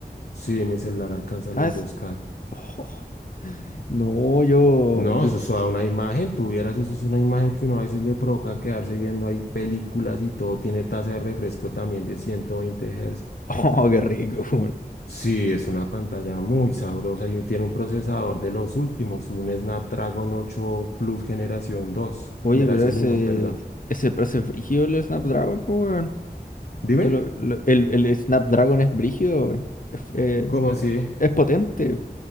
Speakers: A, on the left (about 70°); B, on the left (about 55°).
A: Sí, mi celular alcanza los
B: Ah, es-
A: 2K.
B: Oh, no, yo.
A: No,
B: mi-
A: eso es toda una imagen. Tuvieras, eso es una imagen que uno a veces le provoca quedarse viendo ahí películas y todo. Tiene tasa de refresco también de 120 Hz.
B: <laughs> Oh, qué rico, weón.
A: Sí, es una pantalla muy sabrosa y tiene un procesador de los últimos, un Snapdragon 8 Plus generación 2,
B: Oye,
A: generación
B: pero ese.
A: uno, perdón.
B: Ese, ese frígido el Snapdragon, pues, weón.
A: Dime,
B: Yo lo, lo- el, el Snapdragon es brígido, weón. Es, eh,
A: ¿cómo así?
B: es potente,